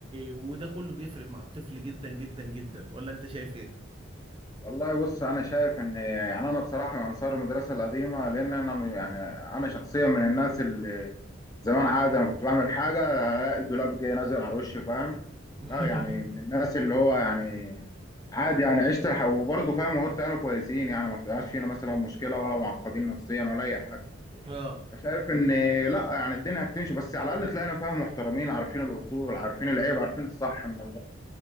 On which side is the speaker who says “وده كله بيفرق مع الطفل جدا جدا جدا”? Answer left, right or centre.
Right